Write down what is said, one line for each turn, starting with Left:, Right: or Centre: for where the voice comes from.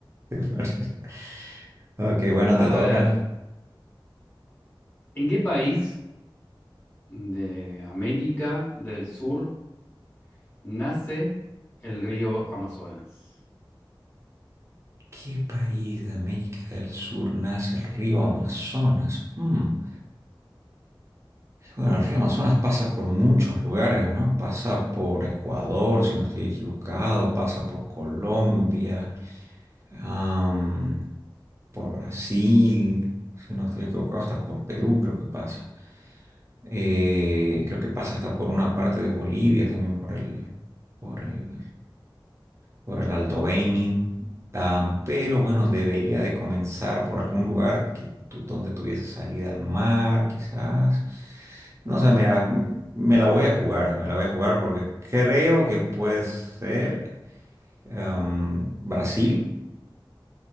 Right: <laughs> Ok, bueno,
Left: A
Right: te toca.
Left: ver, ¿en qué país de América del Sur? Nace el río Amazonas.
Right: ¿Qué país de América del Sur nace el río Amazonas? Hmm. Bueno, el río Amazonas pasa por muchos lugares, ¿no? Pasa por Ecuador, si no estoy equivocado, pasa por Colombia, am, por Brasil, si no estoy equivocado, hasta por Perú creo que pasa. Eh, creo que pasa hasta por una parte de Bolivia también, por el, por el por el Alto Beni, am, pero bueno, debería de comenzar por algún lugar que tu- donde tuviese salida al mar, quizás. No sé, mira, m- me la voy a jugar, me la voy a jugar porque creo que puede ser am, Brasil.